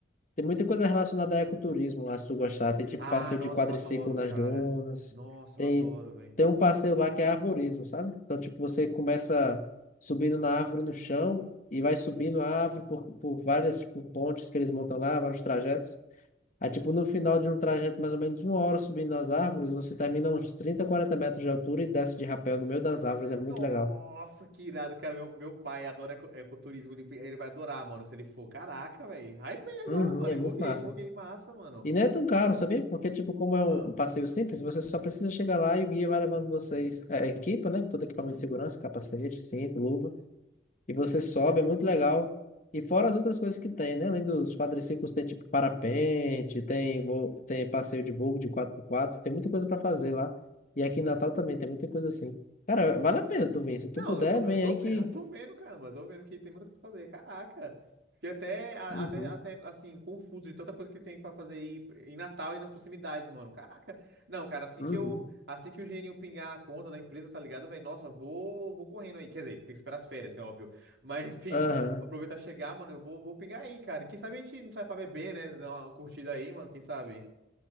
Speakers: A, on the left; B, on the right.
A: tem muita coisa relacionada a ecoturismo lá, se tu gostar. Tem tipo
B: ah,
A: passeio
B: nossa,
A: de quadriciclo
B: eu adoro,
A: nas
B: cara.
A: dunas.
B: Nossa,
A: Tem,
B: eu adoro, velho.
A: tem um passeio lá que é arvorismo, sabe? Então, tipo, você começa subindo na árvore no chão e vai subindo a árvore por, por várias, tipo, pontes que eles montam lá, vários trajetos. Aí, tipo, no final de um trajeto, mais ou menos uma hora subindo nas árvores, você termina uns 30, 40 metros de altura e desce de rapel no meio das árvores. É
B: Nossa,
A: muito legal.
B: que irado, cara. Meu, meu pai adora eco- ecoturismo. Ele, ele vai adorar, mano, se ele for. Caraca, velho. Hypei agora,
A: Uhum,
B: mano.
A: é
B: Empolguei,
A: muito massa.
B: empolguei. Massa, mano.
A: E não é tão caro, sabia? Porque, tipo, como é
B: Ah,
A: um passeio simples, você só precisa chegar lá e o guia vai levando vocês. É, a equipa, né? Todo equipamento
B: uhum.
A: de segurança, capacete, cinto, luva. E você sobe, é muito legal. E fora as outras coisas que tem, né? Além dos quadriciclos, tem tipo parapente, tem, vo- tem passeio de buggy de quatro x quatro tem muita coisa para fazer lá. E aqui em Natal também tem muita coisa assim. Cara, vale a pena tu vir. Se tu
B: Não,
A: puder,
B: eu tô, eu
A: vem
B: tô,
A: aí que.
B: <laughs> eu tô vendo, caramba, eu tô vendo que tem muita coisa pra fazer. Caraca! Fiquei até, a-
A: Uhum,
B: até, até, assim, confuso de tanta coisa que tem pra fazer aí em Natal e nas proximidades, mano. Caraca! Não, cara, assim
A: uhum,
B: que eu, assim que o dinheirinho pingar na conta da empresa, tá ligado, velho? Nossa, vou, vou correndo aí. Quer dizer, tem que esperar as férias, é óbvio. <laughs> Mas, enfim,
A: aham.
B: aproveitar e chegar, mano, eu vou, vou pingar aí, cara. Quem sabe a gente não sai pra beber, né? Dar uma curtida aí, mano, quem sabe?